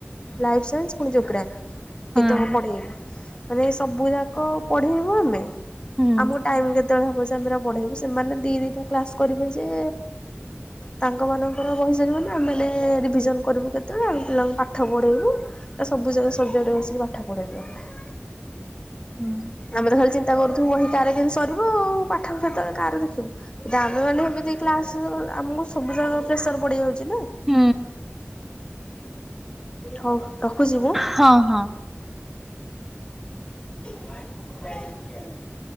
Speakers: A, on the left (about 25°); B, in the centre.
A: ଲାଇଫ୍ ସାଇନ୍ସ ପୁଣି ଜୋଗ୍ରାଫି
B: ହଁ
A: କେତେବେଳେ ପଢ଼େଇବି। ମାନେ ଏ ସବୁ ଏଇରା କ- ପଢ଼େଇବୁ ଆମେ?
B: ହୁଁ
A: ଆମକୁ ଟାଇମ୍ କେତେବେଳେ ହବ ଯେ ଆମେ ଏରା ପଢ଼େଇବୁ, ସେମାନେ ଦି ଦି ଟା କ୍ଲାସ୍ କରିବେ ଯେ ତାଙ୍କ ମାନଙ୍କର ବହି ସରିଗଲେ ଆମମାନେ ରିବିଜନ୍ କରିବୁ କେତେବେଳେ? ପିଲାଙ୍କୁ ପାଠ ପଢ଼େଇବୁ। ଏ ସବୁଯାକ ସବଜେକ୍ଟ ବସିକି ପାଠ ପଢ଼େଇ ଦିଅନ୍ତି।
B: ହୁଁ
A: ଆମେ ତ ଖାଲି ଚିନ୍ତା କରୁଥୁବୁ ବହି କାହାର କେମିତି ସରିବ। ପାଠ ହେତେଳେ କାହାର ଦେଖିବୁ? ଏଟା ଆମେ ମାନେ ଏମତି କ୍ଲାସ୍ ଇଏ ମାନେ ଆମକୁ ସବୁ ଜାଗା ପ୍ରେସର୍ ପଡ଼ିଯାଉଚି ନା।
B: ହୁଁ
A: ହଉ, ରଖୁଛି ମୁଁ।
B: ହଁ, ହଁ।
A: <unintelligible>